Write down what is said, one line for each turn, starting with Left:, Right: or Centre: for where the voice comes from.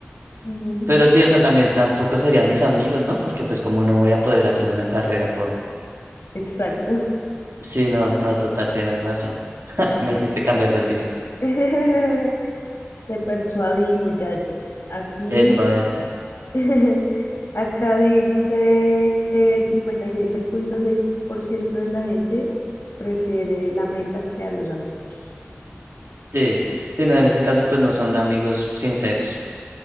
Left: ujú,
Right: Pero sí, o sea, también tampoco serían mis amigos, ¿no? Porque pues como no voy a poder hacer una carrera por...
Left: Exacto.
Right: Sí, no, no, total, tienes razón. <laughs> Me hiciste cambiar de opinión.
Left: <laughs> Te persuadí, muchacho. Aquí,
Right: Epa, epa.
Left: <laughs> acá dice que el cincuenta y siete punto seis por ciento de la gente prefiere la meta que a los amigos.
Right: Sí, sí, no, en ese caso pues no son amigos sinceros.